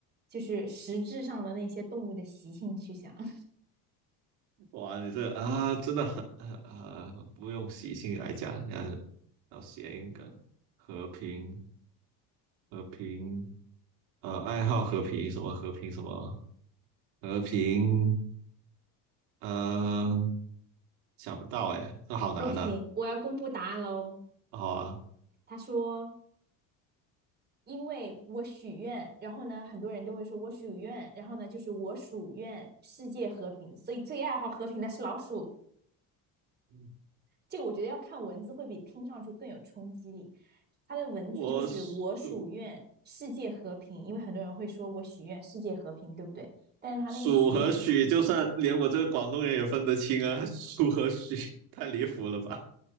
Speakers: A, on the right; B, on the right.
A: 就是实质上的那些动物的习性去想。<laughs>
B: 哇，你这个啊，真的很啊，呃不用习性来讲，你要要谐音梗，和平和平，呃，爱好和平什么和平什么和平，呃，想不到哎，这好难呐、
A: OK，我要公布答案喽。
B: 啊，好啊，
A: 他说。因为我许愿，然后呢，很多人都会说我许愿，然后呢，就是我属愿世界和平，所以最爱好和平的是老鼠。
B: 嗯
A: 这个我觉得要看文字会比听上去更有冲击力。它的文字就是我属愿世界和平，
B: 我数
A: 因为很多人会说我许愿世界和平，对不对？但是他那个许愿有些
B: 数和许，就算连我这个广东人也分得清啊，数和许太离谱了吧？